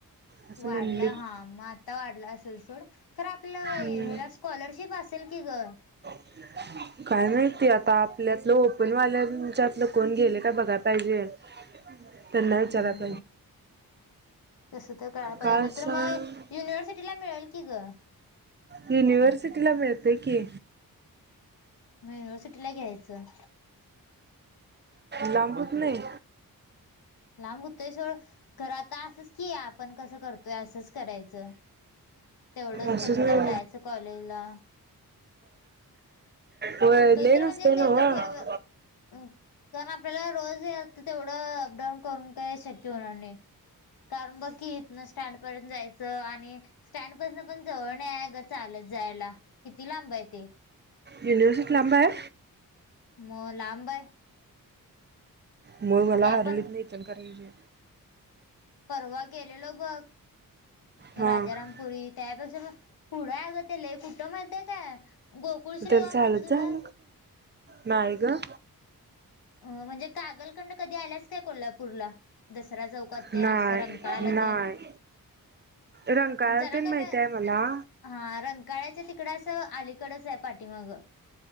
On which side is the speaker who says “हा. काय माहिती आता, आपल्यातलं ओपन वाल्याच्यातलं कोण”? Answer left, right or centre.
Right